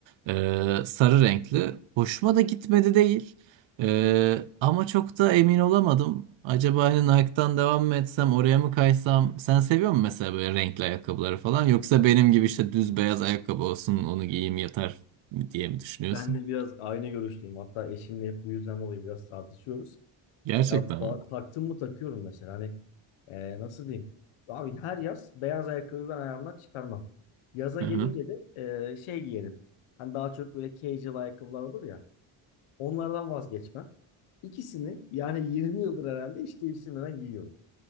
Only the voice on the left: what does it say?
Ben de biraz aynı görüşteyim. Hatta eşimle hep bu yüzden dolayı biraz tartışıyoruz.
Ya ba-
taktım mı takıyorum mesela. Hani e, nasıl diyeyim? Abi her yaz beyaz ayakkabıyı ben ayağımdan çıkarmam. Yaza
gelince
de e, şey giyerim. Hani daha çok böyle casual ayakkabılar olur ya. Onlardan vazgeçmem. İkisini yani 20 yıldır herhalde hiç değiştirmeden giyiyorum.